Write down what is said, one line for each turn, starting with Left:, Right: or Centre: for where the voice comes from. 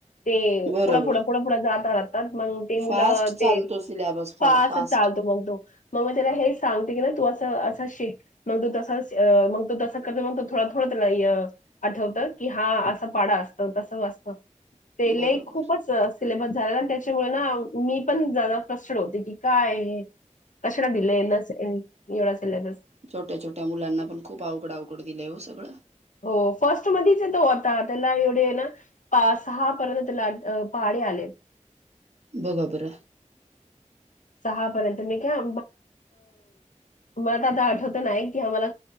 Left: ते
Right: बरोबर
Left: पुढं, पुुढं, पुढं, पुुढं जात आहात म ते मुलं
Right: फास्ट
Left: ते
Right: चालतो सिलॅबस फार
Left: पाच
Right: फास्ट
Left: चालतो मग तो मग, म त्याला हे सां ना तू असं असं शेक मग तू तस मग तू तस करत मग तो थोडा थोडा त्याला आठवत की हा असं पाडा असतं तस वाचत ते
Right: बरोबर
Left: खूपच सिलेबस झालेला त्या मी पण फ्रस्टड होते की काय कशरा दिलंय ना एवढा सिलेबस
Right: छोट्या छोट्या मुलांना पण खूप अवघडा अवघड दिलंय हो सगळं
Left: हो फर्स्ट मधच आहे तो आता त्याला एवढे ना पा सहा पर्यंत त्याला पहाडे आलेत
Right: बरोबर
Left: सहा पर्यंत मी का मला तर आता आठवत नाही की आम्हाला